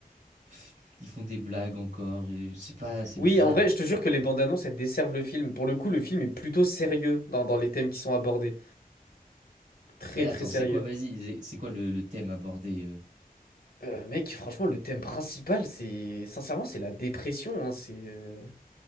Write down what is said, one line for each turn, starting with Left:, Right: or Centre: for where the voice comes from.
Right: Pff, Ils font des blagues encore, et je sais pas, c'est
Left: Oui,
Right: bizarre.
Left: en vrai, je te jure que les bandes annonces, elles desservent le film. Pour le coup, le film est plutôt sérieux dans, dans les thèmes qui sont abordés. Très,
Right: Mais attends,
Left: très sérieux.
Right: c'est quoi, vas-y, c'est c'est quoi le, le thème abordé? euh
Left: Euh, mec, franchement, le thème principal, c'est... Sincèrement, c'est la dépression, hein, c'est... euh,